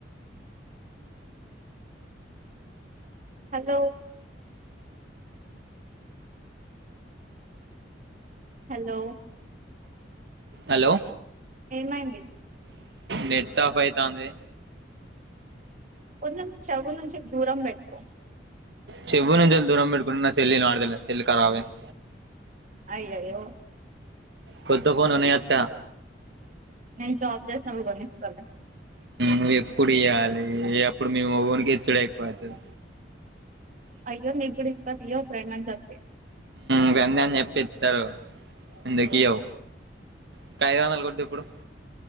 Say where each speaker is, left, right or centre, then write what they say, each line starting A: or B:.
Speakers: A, on the right; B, on the right.
A: హలో హలో
B: హలో
A: ఏమైంది
B: నెట్ ఆఫ్ అయితాంది
A: కొంచెం చెవు నుంచి దూరం పెట్ట్ కొ <unintelligible>
B: చెవు నుంచి దూరం పెట్టుకుంటే నా సెల్ వినపడుతలే సెల్ కరాబ్ అయిది
A: అయ్యయో
B: కొత్త ఫోన్ కొనియ్యొచ్చు గా
A: నేను జాబ్ చేసినప్పుడు కొనిస్త లే
B: నువు ఎప్పుడు ఇయ్యాలి అప్పుడు మీ మొగోనికి ఇచ్చుడే ఎక్కువైతది
A: అయ్యో నీకు కూడా ఇస్త తియ్యి ఫ్రెండ్ అని చెప్పి
B: ఇవన్నీ అని చెప్పి ఇస్తారు ఎందుకు ఇయ్యవు ఒక ఐదు వందలు కొట్టు ఇప్పుడు